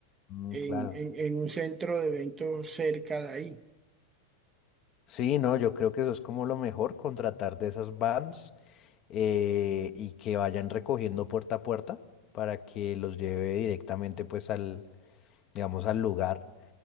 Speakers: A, on the left; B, on the right.
A: mm,
B: en,
A: claro.
B: en en un centro de eventos cerca de ahí.
A: Sí, no, yo creo que eso es como lo mejor, contratar de esas vans eh, y que vayan recogiendo puerta a puerta para que los lleve directamente pues al, digamos, al lugar.